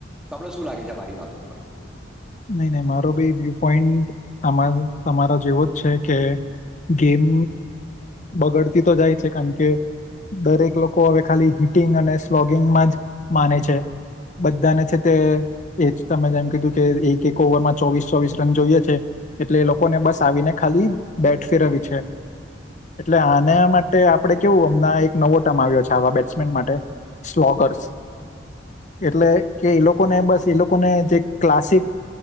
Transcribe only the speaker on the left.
નહીં નહીં મારો બી વ્યુ પોઈન્ટ આમાં તમારો જેવો જ છે કે ગેમ બગડતી તો જાય છે કારણ કે દરેક લોકો હવે ખાલી હિટિંગ અને સ્લોગિંગમાં જ માને છે બધાને છે તે જ તમે જેમ કીધું કે એક એક ઓવરમાં ચોવીસ ચોવીસ રન જોઈએ છે એટલે એ લોકોને બસ આવીને ખાલી બેટ ફેરવવી છે એટલે આના માટે આપણે કેવું હમના એક નવો ટમ આવ્યો છે આવા બેટ્સમેન માટે સ્લોગર્સ એટલે કે એ લોકોને બસ એ લોકોને જે ક્લાસિક